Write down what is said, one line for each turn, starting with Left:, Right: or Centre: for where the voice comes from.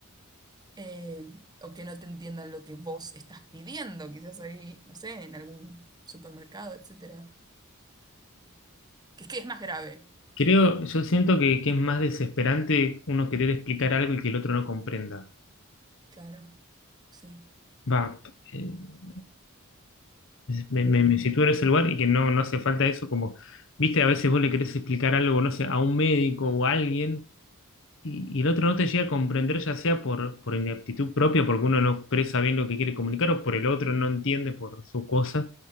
Right: eh, o que no te entiendan lo que vos estás pidiendo, quizás ahí, no sé, en algún supermercado, etcétera, que es que es más grave,
Left: Creo, yo siento que, que es más desesperante uno querer explicar algo y que el otro no comprenda.
Right: claro, sí.
Left: Va, eh, me,
Right: Eh,
Left: me, me sitúo en ese lugar y que no, no hace falta eso, como, viste, a veces vos le querés explicar algo, no sé, a un médico o a alguien y, y el otro no te llega a comprender, ya sea por, por ineptitud propia, porque uno no expresa bien lo que quiere comunicar o por el otro no entiende por su cosa.